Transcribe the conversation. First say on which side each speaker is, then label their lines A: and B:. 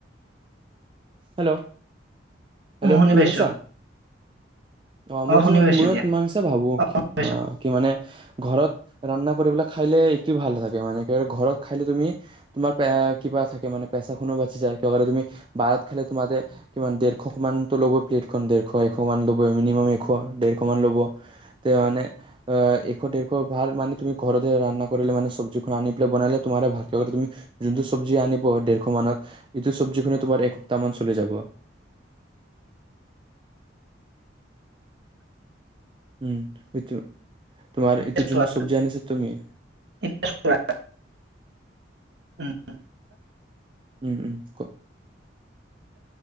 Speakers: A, on the right; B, on the right.
A: হেল্ল' হেল্ল',
B: উ
A: শুনি
B: পাইছো
A: পাইছা? অ' মই কৈছোঁ,
B: শুনি পাইছো
A: মই
B: দিয়া
A: তোমাৰ নিচিনা ভাবো
B: শুনি পাইছো
A: অ' কি মানে। ঘৰত ৰান্ধা কৰি পেলাই খালে, ইটোও ভাল লাগে মানে ঘৰত খালে তুমি, তোমাৰ কিবা থাকে মানে পেচাখনো বাচি যায়। তুমি বাহিৰত খালে তোমাৰে কি দেৰশ মানতো ল'ব প্লেটখন দেৰশ জএশ মান লব মিনি মাম এশ, দেৰশ মান ল'ব তে মানে এশ দেৰশ ভাল মানে তুমি ঘৰতে ৰান্ধা কৰিলে মানে চব্জিখন আনি বনালে তোমাৰ ভাল লগত তুমি যোনটো চব্জি আনিব, দেৰশ মানত সেইটো চব্জি তোমাৰ এসপ্তাহ মান চলি যাব। উম, সিইটো তোমাৰ ইটো
B: এতিয়া
A: যোনটো
B: চোৱা,
A: চব্জি আনিছে তুমি।
B: এতিয়া চোৱা, উম।
A: উম, উম কও